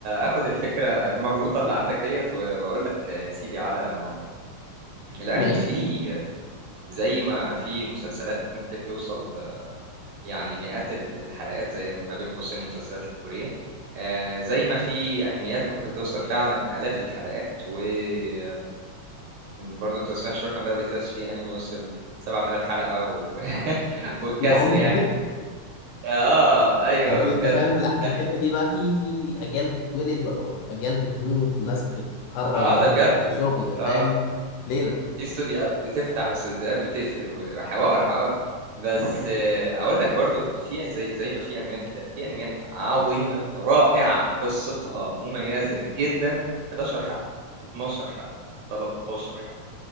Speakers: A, on the right (about 75°); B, on the left (about 80°).
A: اخد الفكره المغلوطه اللي عندك ديت و- واقول لك يا سيدي على موضوع الانمي
B: ماشي
A: فيه زي ما في مسلسلات ممكن توصل يعني مئات ال- الحلقات زي ما بين قوسين المسلسلات الكورية آه، زي ما في انميات ممكن توصل فعلا آلاف الحلقات ويمكن برضه انت ما سمعتش الرقم ده قبل كده بس في انمي وصل 7000 حلقة و... <laughs> والكسر
B: ده عمر
A: يعني اه ايوه
B: <laughs> في
A: بجد
B: انت فاهم لا، في
A: يعني
B: الحته دي بقى في في اجيال بتتولد و- واجيال بتموت وناس بتتخرج
A: اه
B: وناس
A: ده بجد
B: في شغل
A: ده بجد. اه
B: فاهم ليله
A: في استوديوهات بتفتح واستوديوهات بتقفل وبتبقى حوار حوار بس آه، اقول لك برضو ان في زي زي ما في انميات كده في انميات عظيمه رائعه قصتها مميزه جدا 11 حلقه 12 حلقه 13 حلقه